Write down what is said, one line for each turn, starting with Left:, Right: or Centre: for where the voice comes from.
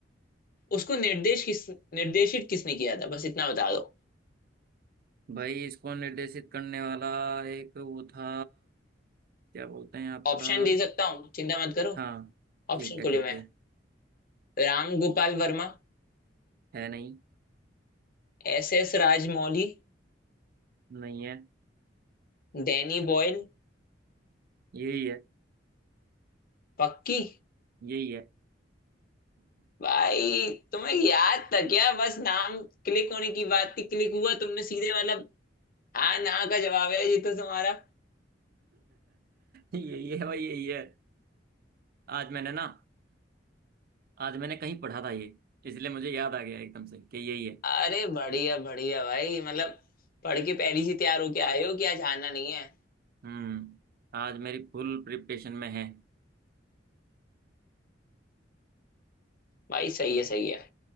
Left: उसको निर्देश किस निर्देशित किसने किया था बस इतना बता दो
Right: भाई इसको निर्देशित करने वाला एक वो था क्या बोलते हैं आपका
Left: ऑप्शन दे सकता हूँ चिंता मत करो
Right: हाँ ठीक
Left: ऑप्शन
Right: है
Left: खुले
Right: ठीक
Left: में
Right: है
Left: हैं। Ram Gopal Varma
Right: है नहीं
Left: S S Rajamouli
Right: नहीं है
Left: Danny Boyle
Right: यही है
Left: पक्की
Right: यही है
Left: भाई तुम्हें याद था क्या बस नाम क्लिक होने की बात थी क्लिक हुआ तुमने सीधे मतलब हाँ ना का जवाब है ये तो तुम्हारा
Right: यही है भाई यही है आज मैंने ना आज मैंने कहीं पढ़ा था ये इसलिए मुझे याद आ गया एकदम से कि यही है
Left: अरे बढ़िया बढ़िया भाई मतलब पढ़ के पहले ही तैयार होके आए हो कि आज आना नहीं है
Right: हम्म आज मेरी फुल प्रिपरेशन में है
Left: भाई सही है सही है